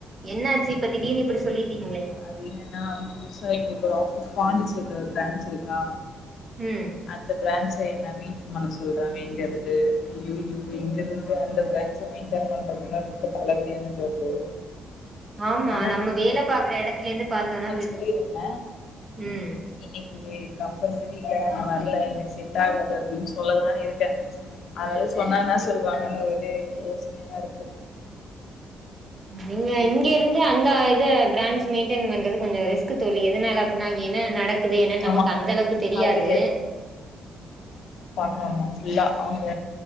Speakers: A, on the right; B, on the left.
A: என்னாச்சு இப்ப திடீர்னு இப்படி சொல்லிட்டீங்களே
B: அது என்னன்னா புதுசா எங்களுக்கு ஒரு ஆஃபீஸ் பாண்டிச்சேரில ஒரு பிராஞ்ச் இருக்கா
A: ம்
B: அந்த பிராஞ்ச் க்கு என்ன மேய்ண்டேன் பண்ண சொல்றாங்க இங்க இருந்து அய்யயோ இங்க இருந்து அந்த பிராஞ்ச மெய்ண்டேண் பண்றதுனா ரொம்ப தலவலியான ஜாபு
A: ஆமா
B: அதா
A: நம்ம வேலை பாக்குற எடத்துல இருந்து பாத்தோம்னா பெ
B: சொல்லிருந்த
A: ம்
B: இன்னைக்கு கம்பல்சரிங்க நான் வரல எனக்கு செட் ஆகாது அப்டின்னு சொல்லலான்னு இருக்கேன் அதனால சொன்னா என்ன சொல்லுவாங்கன்னு ஒரே யோசனையா இருக்கு
A: நீங்க இங் இங்கிருந்து அந்த இத பிரான்ச் மெயின்டென் பண்றது கொஞ்சம் ரிஸ்க் தோழி எதனால அப்டின்னா அங்க என்னென்ன நடக்குது என்னன்னு
B: ஆமா
A: நமக்கு அந்த அளவுக்கு தெரியாது
B: அது ஆமா ஃபுல்லா அவுங்க